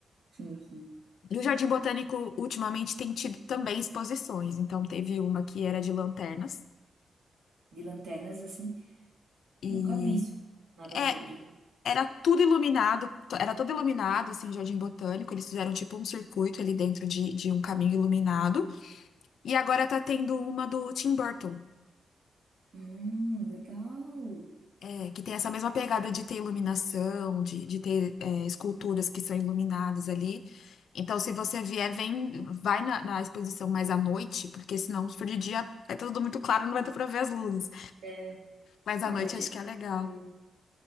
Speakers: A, on the right; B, on the left.
A: Sim, sim.
B: E o Jardim Botânico, ultimamente, tem tido também exposições. Então, teve uma que era de lanternas.
A: De lanternas assim,
B: E
A: nunca vi isso, nada
B: é,
A: sobre.
B: era tudo iluminado, to- era todo iluminado, assim, o Jardim Botânico. Eles fizeram, tipo, um circuito ali dentro de, de um caminho iluminado. E agora tá tendo uma do Tim Burton,
A: Hum, legal.
B: é, que tem essa mesma pegada de ter iluminação, de, de ter é, esculturas que são iluminadas ali. Então, se você vier, vem, vai na, na exposição mais à noite, porque senão, se for de dia, é tudo muito claro, não vai dar pra ver as luzes.
A: É,
B: Mas
A: à
B: à noite
A: noite
B: acho
A: é difícil.
B: que é legal.